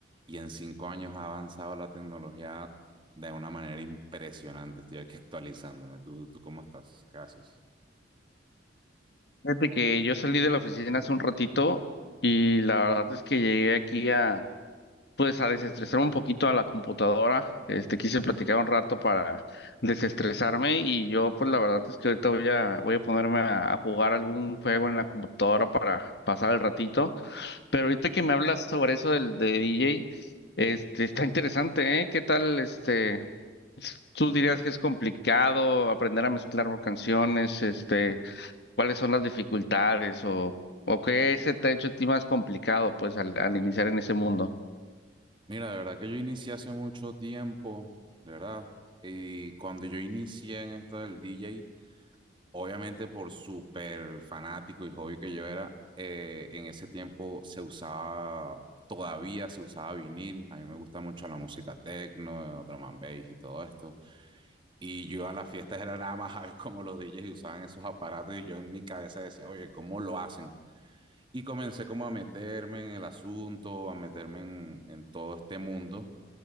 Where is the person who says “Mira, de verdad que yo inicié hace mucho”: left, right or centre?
Right